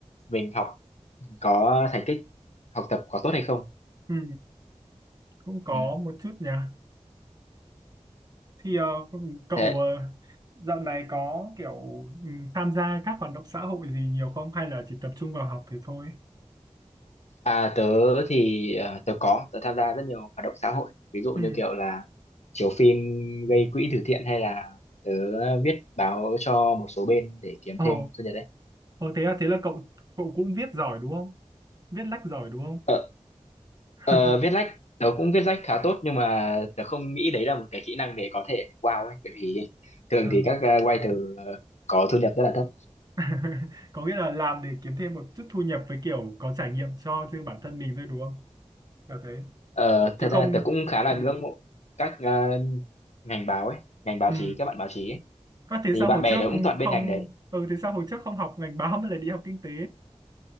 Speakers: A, on the left (about 70°); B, on the right (about 35°).
A: mình học có thành tích học tập có tốt hay không
B: Ừ. Cũng có
A: ừ.
B: một chút nha. Thì ờ, cậu
A: thế
B: ờ, dạo này có kiểu ừ, tham gia các hoạt động xã hội gì nhiều không hay là chỉ tập trung vào học thì thôi?
A: À, tớ thì à, tớ có tớ tham gia rất nhiều hoạt động xã hội ví dụ
B: Ừ.
A: như kiểu là chiếu phim gây quỹ từ thiện hay là tớ viết báo cho một số bên để kiếm
B: Ồ,
A: thêm thu nhập đấy
B: ồ thế à, thế là cậu cậu cũng viết giỏi đúng không? Viết lách giỏi đúng không?
A: ờ,
B: <laughs>
A: ờ, viết lách tớ cũng viết lách khá tốt nhưng mà tớ không nghĩ đấy là một cái kỹ năng để có thể wow ấy bởi vì thường
B: À.
A: thì các uh, writer ờ, có thu nhập rất là thấp
B: <laughs> có nghĩa là làm để kiếm thêm một chút thu nhập với kiểu có trải nghiệm cho riêng bản thân mình thôi đúng không kiểu thế
A: ờ,
B: chứ
A: thật ra
B: không
A: tớ cũng khá là
B: ừ.
A: ngưỡng mộ các ờ, ngành báo ấy ngành báo
B: Ừ.
A: chí các bạn báo chí ấy.
B: À, thế
A: thì
B: sao
A: bạn
B: hồi
A: bè
B: trước
A: tớ cũng toàn bên
B: không
A: ngành đấy
B: ừ thế sao hồi trước không học ngành báo mà lại đi học kinh tế